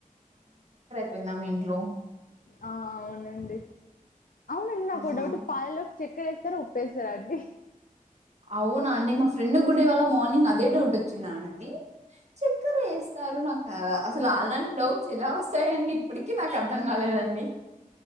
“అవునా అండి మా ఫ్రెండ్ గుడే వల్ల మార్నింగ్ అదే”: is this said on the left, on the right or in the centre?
Right